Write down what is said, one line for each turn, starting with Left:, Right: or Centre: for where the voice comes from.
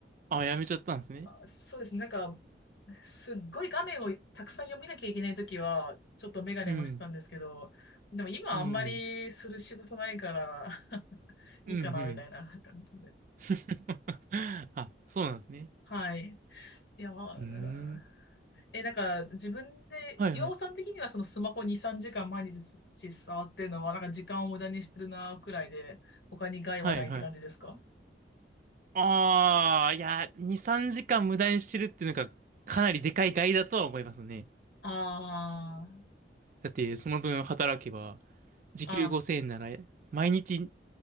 Right: あ、やめちゃったんですね。
Left: あそうですね。なんか、すっごい画面をたくさん読みなきゃいけないときは、ちょっとメガネもしてたんですけど、
Right: うん。
Left: でも今あんまりする仕事ないから
Right: うん。
Left: <laughs> いいかな、
Right: うん。うん。
Left: みたいな感じで。
Right: <laughs> あ、そうなんですね。
Left: はい。いや、うん
Right: うーん。
Left: え、なんか自分で、
Right: はいはい。
Left: 岩尾さん的にはそのスマホ2、3時間毎日触ってるのは、なんか時間を無駄にしてるな、くらいで、他に害はないって感じですか
Right: はいはい。ああ、いや、2、3時間無駄にしてるっていうのがかなりでかい害だとは思いますね。
Left: あ
Right: だってその分働けば、時給5000円なら、
Left: あ、ああ、
Right: 毎日